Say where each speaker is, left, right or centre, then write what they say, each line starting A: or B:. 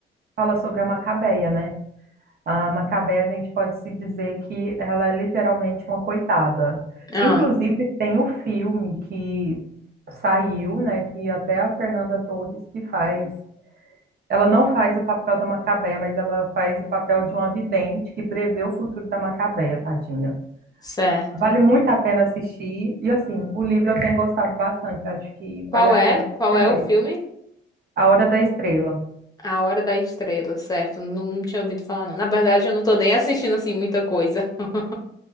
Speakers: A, on the right (about 50°); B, on the left (about 20°).
A: fala sobre a Macabeia, né? A Macabé, a gente pode se dizer que ela é literalmente uma coitada.
B: Ah,
A: Inclusive, tem o filme que saiu, né, que até a Fernanda Torres que faz. Ela não faz o papel da Macabé, mas ela faz o papel de uma vidente que prevê o futuro da Macabé, tadinha.
B: certo.
A: Vale muito a pena assistir. E assim, o livro eu tenho gostado bastante, acho que
B: Qual
A: vale a
B: é?
A: pena você
B: Qual é
A: ler.
B: o filme?
A: A Hora da Estrela.
B: A Hora da Estrela, certo? Não, não tinha ouvido falar, não. Na verdade, eu não tô nem assistindo, assim, muita coisa. <laughs>